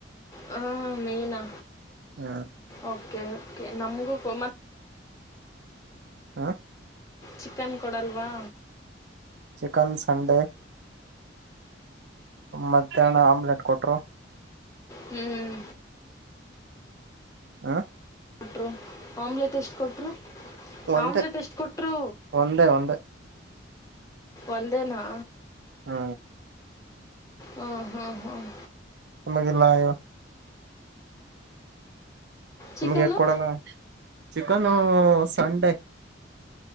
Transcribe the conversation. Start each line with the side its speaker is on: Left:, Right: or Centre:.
Left: ಹ ಮೀನಾ?
Right: ಹ್ಮ
Left: ಓಕೆ ನಮ್ಗೂ ಹೋಮರ್ಕ್
Right: ಹಾ
Left: ಚಿಕನ್ ಕೊಡಲ್ವಾ?
Right: ಚಿಕನ್ ಸಂಡೆ ಮಧ್ಯಾಹ್ನ ಆಮ್ಲೆಟ್ ಕೊಟ್ರು.
Left: ಹ್ಮ್
Right: ಹ
Left: <unintelligible> ಆಮ್ಲೆಟ್ ಎಷ್ಟು ಕೊಟ್ಟ್ರು
Right: ಒಂದೇ
Left: ಆಮ್ಲೆಟ್ ಎಷ್ಟು ಕೊಟ್ಟ್ರು?
Right: ಒಂದೇ ಒಂದೇ
Left: ಒಂದೇನಾ?
Right: ಹ್ಮ
Left: ಹ್ಮ್ ಹ್ಮ್ ಹ್ಮ್.
Right: ನಮಗೆಲ್ಲ ಹೇಳು
Left: ಚಿಕನ್ನು
Right: ನಮಗೆ ಕೊಡಲ್ಲ. ಚಿಕನೂ ಸಂಡೆ.